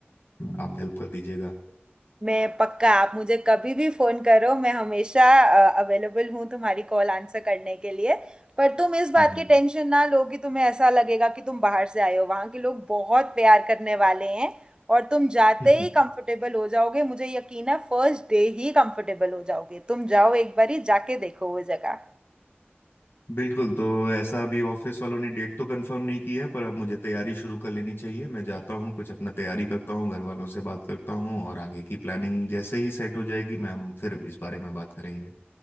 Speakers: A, on the left (about 60°); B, on the right (about 20°).
A: आप हेल्प कर दीजिएगा
B: मैं पक्का आप मुझे कभी भी फोन करो मैं हमेशा अवेलेबल हूँ तुम्हारी कॉल आंसर करने के लिए पर तुम इस बात
A: हम्म
B: की टेंशन ना लो कि तुम्हें ऐसा लगेगा कि तुम बाहर से आए हो वहाँ के लोग बहुत प्यार करने वाले हैं और तुम जाते
A: हम्म।
B: ही कंफर्टेबल हो जाओगे मुझे यकीन है फर्स्ट डे ही कंफर्टेबल हो जाओगे तुम जाओ एक बारी जाके देखो वो जगह
A: <laughs> बिल्कुल तो ऐसा अभी ऑफिस वालों ने डेट तो कंफर्म नहीं की है पर अब मुझे तैयारी शुरू कर लेनी चाहिए मैं जाता हूँ कुछ अपना तैयारी करता हूँ घर वालों से बात करता हूँ और आगे की प्लानिंग जैसे ही सेट हो जाएगी मैम फिर इस बारे में बात करेंगे